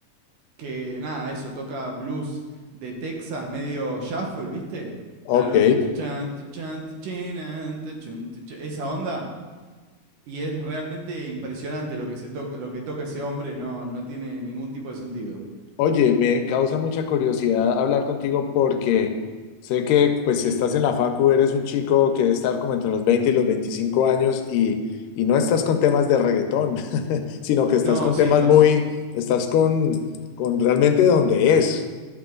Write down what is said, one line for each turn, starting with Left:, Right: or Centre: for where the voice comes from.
Right: que, nada, eso, toca blues de Texas medio shuffle, ¿viste?
Left: Ok.
Right: Charun, tuchan, tuchan, tuchinan, tuchun, tucha- Esa onda. Y es realmente impresionante lo que, se toca, lo que toca ese hombre, no, no tiene ningún tipo de sentido.
Left: Oye, me causa mucha curiosidad hablar contigo porque sé que, pues, si estás en la facu, eres un chico que debe estar como entre los 20 y los 25 años y, y no estás con temas de reggaetón, <laughs> sino que estás
Right: No,
Left: con
Right: sí,
Left: temas
Right: los,
Left: muy, estás con, con realmente donde es,